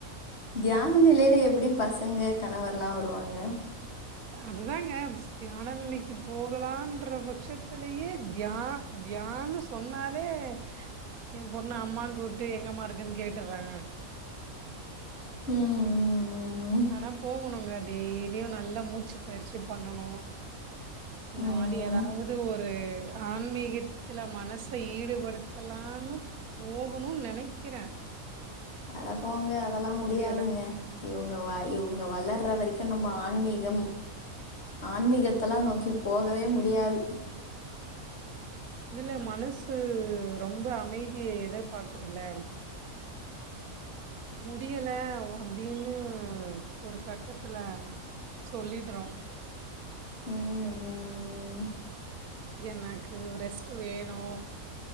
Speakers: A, on the left; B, on the right.
A: தியான நிலையில எப்டி பசங்க கணவர்ல்லா வருவாங்க
B: அதுதாங்க தியான நிலைக்கு போகலான்ற பட்சத்துலயே தியா தியான்னு சொன்னாலே என் பொண்ணு அம்மான்னு கூப்ட்டு எங்கமா இருக்கன்னு கேட்டற்றாங்க
A: ம் ம்,
B: ஆனா போகணுங்க டெய்லியு நல்லா மூச்சு பயிற்சி பண்ணனு
A: ம்,
B: இந்த மாறி
A: ம்.
B: ஏதாவது ஒ ரு ஆன்மீகத்துல மனச ஈடுபடுத்தலான்னு போகுணுன்னு நெனைக்கிறே
A: அட போங்க அதெல்லா முடியாதுங்க
B: முடியல
A: இவங்க வா இவங்க வளர்ற வரைக்கு நம்ப ஆன்மீகம் ஆன்மீகத்தெல்லா நோக்கி போகவே முடியாது
B: இதுல மனசு ரொம்ப அமைதிய எதிர்பாக்குதுல்ல முடியல அப்டின்னு ஒரு கட்டத்துல சொல்லிட்றோ
A: ம் ம் ம்
B: என்னக்கு ரெஸ்ட் வேணு